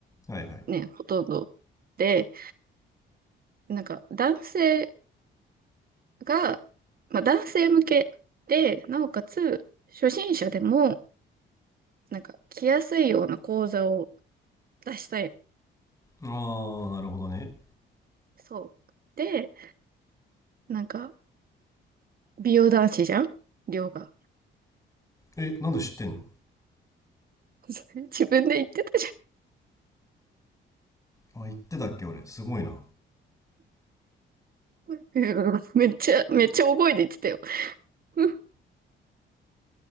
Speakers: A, on the left; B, on the right.
A: はいはい。
B: ね、ほとんどで、なんか男性が、まあ男性向けで、なおかつ初心者でも、なんか来やすいような講座を出したい。
A: ああ、なるほどね。
B: そう。で、なんか美容男子じゃん量が。
A: え、なんで知ってんの
B: <laughs> それ自分で言ってたじゃん。
A: あ、言ってたっけ俺。すごいな。
B: <laughs> うんめっちゃ、めっちゃ大声で言ってたよ。<laughs> うん